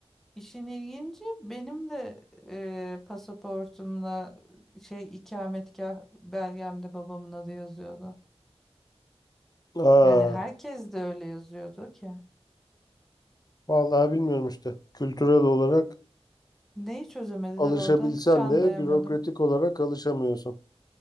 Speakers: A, in the centre; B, on the left.
A: işin ilginci benim de e, pasaportumla şey ikametgah belgemde babamın adı yazıyordu.
B: Aa,
A: Yani herkes de öyle yazıyordu ki.
B: vallahi bilmiyorum işte kültürel olarak
A: Neyi çözemediler
B: alışabilsen
A: orada hiç anlayamadım.
B: de bürokratik olarak alışamıyorsun.